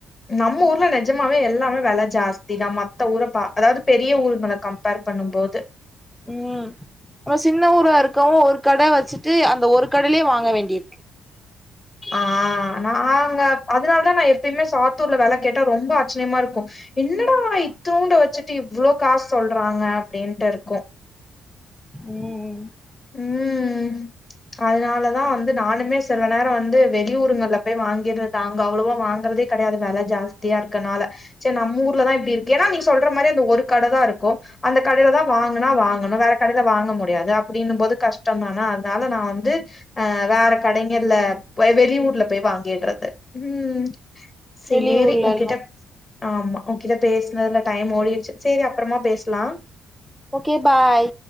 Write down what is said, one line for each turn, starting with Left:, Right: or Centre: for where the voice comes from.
Left: நம்ம ஊர்ல நிஜமாவே எல்லாமே வில ஜாஸ்தி தான் மத்த ஊரை கம்பேர் அதாவது பெரிய ஊருங்கள கம்பேர் பண்ணும் போது
Centre: உம் ஒரு சின்ன ஊரா இருக்கவும் ஒரு கடை வச்சுட்டு அந்த ஒரு கடையிலயே வாங்க வேண்டியிருக்கு
Left: ஆஹ் நாங்க அதனாலதான் நான் எப்பயுமே சாத்தூர்ல வில கேட்டா ரொம்ப ஆச்சிரியமா இருக்கும் என்னடா இத்தூண்ட வச்சுட்டு இவ்வளோ காசு சொல்றாங்க அப்படின்ட்டு இருக்கும்
Centre: உம்
Left: உம் அதனாலதான் வந்து நானுமே சில நேரம் வந்து வெளியூருங்கல போய் வாங்கிருது அங்க அவ்வளோவா வாங்கறதே கிடையாது வெல ஜாஸ்தியா இருக்கனால செரி நம்ம ஊர்லதான் இப்படி இருக்கு ஏன்னா நீங்க சொல்ற மாதிரி அந்த ஒரு கடைதான் இருக்கும் அந்த கடையில தான் வாங்கினா வாங்கணும் வேற கடையில வாங்க முடியாது அப்படின்னும் போது கஷ்டம் தானே அதனால நான் வந்து ஆஹ வேற கடைகள்ல வெளியூர்ல போய் வாங்கிடுறது உம் சேரி
Centre: வெளியூர்லல்லா
Left: உங்கிட்ட ஆமா உன்கிட்ட பேசுனதுல டைம் ஓடிடுச்சு சரி அப்புறமா பேசலாம்
Centre: ஓகே பாய்